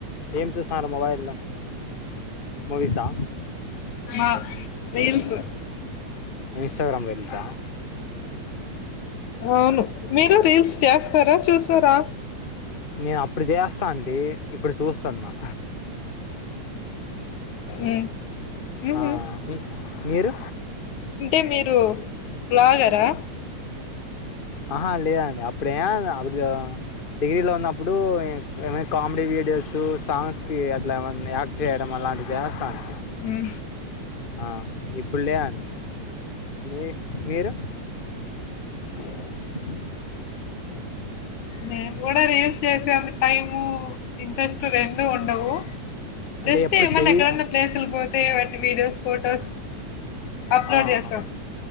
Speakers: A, on the left (about 25°); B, on the left (about 75°).
A: ఏం చూస్తున్నారు మొబైల మూవీసా
B: మా రీల్స్
A: ఇంస్టాగ్రామ్ రీల్స
B: అవును మీరు రీల్స్ చేస్తారా చూసారా
A: నేను అప్పుడు చేస్తా అండి ఇప్పుడు చూస్తాన్నా
B: అ ఆహా
A: ఆ, మీ- మీరు
B: అంటే మీరు బ్లాగరా
A: ఆహా లేదండి అప్పుడే అప్పుడు డిగ్రీలో ఉన్నప్పుడు ఏమై కామెడీ వీడియోసు సాంగ్స్కి అట్లా ఏమన్నా యాక్ట్ చేయడం అలాంటివి చేస్తాను
B: ఉహు
A: ఆ ఇప్పుడులే అండి మీది మీరు
B: <inaudible>
A: <inaudible>
B: మేమ్ గూడ రీల్స్ చేసేంత టైము ఇంట్రెస్ట్ రెండూ ఉండవూ జస్ట్
A: అంటే ఎప్పుడు
B: ఏమన్న
A: చెయ్యి
B: ఎక్కడన్న ప్లేసులుక్ పోతె వాటి వీడియోస్ ఫొటోస్ అప్లోడ్
A: ఆ
B: చేస్తాం
A: హా